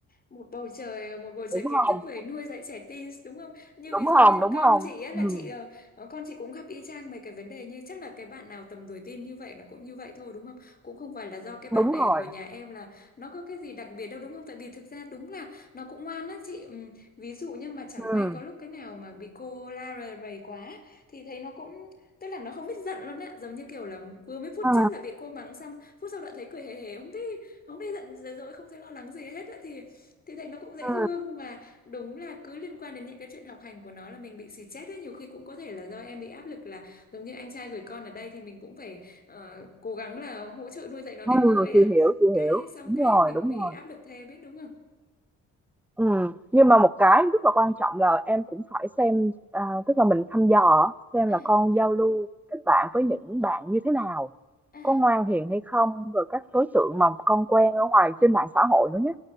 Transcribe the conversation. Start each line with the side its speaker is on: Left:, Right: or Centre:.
Left: một bầu trời một bầu trời
Centre: đúng
Left: kiến thức
Centre: không?
Left: về nuôi dạy trẻ teen đúng không? Như
Centre: Đúng
Left: ví dụ như
Centre: không? Đúng
Left: con
Centre: không?
Left: chị á là
Centre: Ừ,
Left: chị ờ, ờ, con chị cũng gặp y chang mấy cái vấn đề như chắc là cái bạn nào tầm tuổi teen như vậy nó cũng như vậy thôi đúng không? Cũng không phải là do cái bạn
Centre: đúng
Left: này
Centre: rồi.
Left: của nhà em là nó có cái gì đặc biệt đâu đúng không? Tại vì thực ra đúng là nó cũng ngoan á chị. Ừm, Ví dụ như mà chẳng
Centre: Ừ.
Left: may có lúc cái nào mà bị cô la rầy rầy quá thì thấy nó cũng tức là nó không biết giận luôn á, giống như kiểu là vừa mấy phút
Centre: Ừ.
Left: trước là bị cô mắng xong phút sau đã thấy cười hề hề không biết không thấy giận dữ dỗi không thấy lo lắng gì hết á thì thì thấy nó cũng dễ
Centre: Ừ.
Left: thương mà đúng là cứ liên quan đến những cái chuyện học hành của nó là mình bị xì chết ấy nhiều khi cũng có thể là do em bị áp lực là giống như anh trai gửi con ở đây thì mình cũng phải ờ, cố gắng là hỗ trợ nuôi dạy nó nên
Centre: Ừ,
Left: người
Centre: chị
Left: á
Centre: hiểu, chị
Left: cái
Centre: hiểu.
Left: xong
Centre: Đúng
Left: cái
Centre: rồi,
Left: mình
Centre: đúng
Left: bị
Centre: rồi.
Left: áp lực thêm ấy đúng không
Centre: Ừ. Nhưng mà một cái rất là quan trọng là em cũng phải xem à, tức là mình thăm dò xem
Left: à
Centre: là con giao lưu kết bạn với những bạn như thế nào
Left: à
Centre: có ngoan hiền hay không rồi các
Left: à
Centre: đối tượng mà con quen ở ngoài trên mạng xã hội nữa nhé